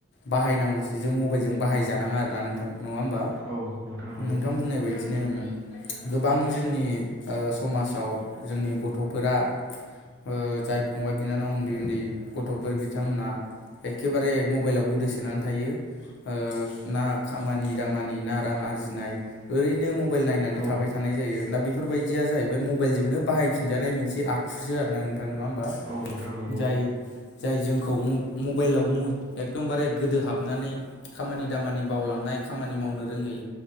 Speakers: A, on the left (about 55°); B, on the right (about 50°).
A: बाहायनांगौसो जों मबाइलजों बाहायजानाङा आरोना नोंथां नङा होमबा
B: औ नंगौ
A: नोंथां बुंनाय बायदिनो गोबां जोंनि ओ समाजाव जोंनि गथ'फोरा ओ जाय फंबाय बिनानाव उन्दै उन्दै गथ'फोर बिथांमोना एखेबारे मबाइलाव गोदोसोनानै थायो। ओ ना खामानि दामानि ना रां आरजि नाय ओैनो मबाइल नायनानैाय
B: औ
A: थानाय जायो ना बेफोरबायदिया जाहैबाय मबाइलजोंनो बाहायफिनजानाय मोनसे आखुजो आरो ना थां नङा होबा
B: औ नोंथां नंगौ
A: जाय जाय जोंखौ मबाइलाव एकदमबारे गोदो हाबनानै खामानि दामानि बावलाङो नाय खानि मावनो रोङै